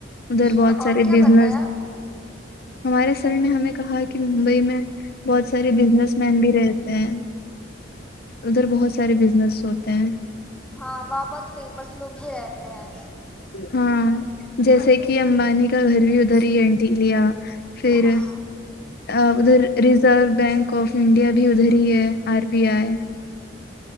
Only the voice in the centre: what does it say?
اچھا
اور کیا
بتایا
ہاں وہاں بہت فیمس لوگ بھی رہتے ہیں
ہاں